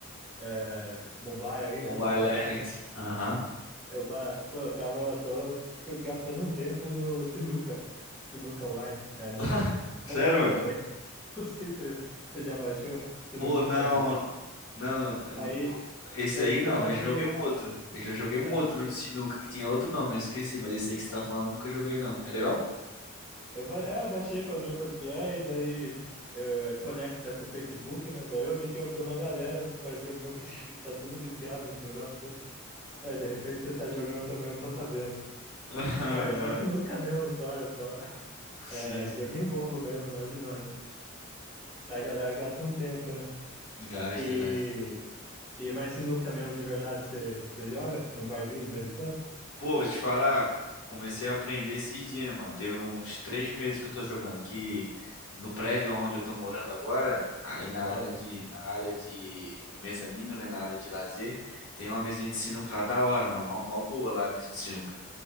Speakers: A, in the centre; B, on the left.
A: é, mobile aí,
B: Mobile
A: né? lá o Mobile.
B: Legends. Aham.
A: Eu, ba- pô, eu tava. Eu tô gastando um tempo no Sinuca. Sinuca Online. É, no.
B: <laughs>
A: Mobile
B: Sério, mano?
A: também. <laughs> Não sei se você já baixou. Sinuquinha
B: Pô, não.
A: no.
B: Não, eu
A: Aí
B: não- co- esse
A: eu,
B: daí não,
A: eu baixei.
B: eu já joguei um outro. Eu já joguei um
A: é.
B: outro de sinuca que tinha outro nome, eu esqueci, mas esse aí que você tá falando eu nunca joguei não. É legal?
A: Eu, ba- é, eu baixei pra ver qual que é, e daí eh, conecta com o Facebook, né? Daí eu vi tinha tem uma galera, uns parceiros meus que <laughs> tá tudo viciado nesse negócio aí. Aí de repente você tá jogando também, eu não tô sabendo.
B: <laughs> Ah,
A: Mas é só
B: Não.
A: sinuca mesmo, só, é só. <laughs> É
B: Sim, sim.
A: joguinho bobo mesmo, nada demais. Mas a galera gasta um tempo, né?
B: Gasta,
A: E,
B: gasta.
A: e mais sinuca mesmo de verdade você você joga? Num barzinho de vez em quando?
B: Pô, vou te falar, comecei a aprender esses dias, mano. Tem uns três meses que eu tô jogando, que no prédio onde eu tô morando agora, aí na
A: Ó,
B: área de, na área de, no mezanino, né, na área de lazer, tem uma mesinha de
A: sim.
B: sinuca lá da hora, mano, mó, mó boa lá a mesinha de sinuca.